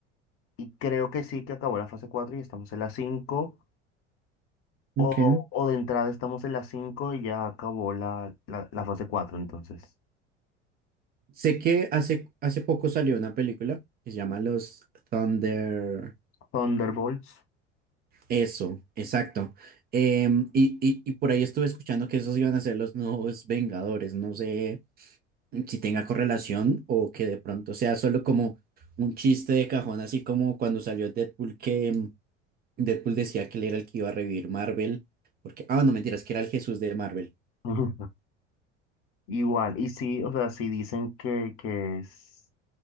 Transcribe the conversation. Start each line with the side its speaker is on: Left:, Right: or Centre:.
Left: y creo que sí que acabó la fase 4 y estamos en la cinco o,
Right: Ok.
Left: o de entrada estamos en la 5 y ya acabó la, la, la fase cuatro entonces.
Right: Sé que hace, hace poco salió una película que se llama Los Thunder.
Left: Thunderbolts.
Right: Eso, exacto. Em, y, y, y por ahí estuve escuchando que esos iban a ser los nuevos Vengadores. No sé si tenga correlación o que de pronto sea solo como un chiste de cajón, así como cuando salió Deadpool, que mm, Deadpool decía que él era el que iba a revivir Marvel, porque, ah, no mentiras, que era el Jesús de Marvel.
Left: <laughs> Ujú. Igual, y sí, o sea, sí dicen que, que es.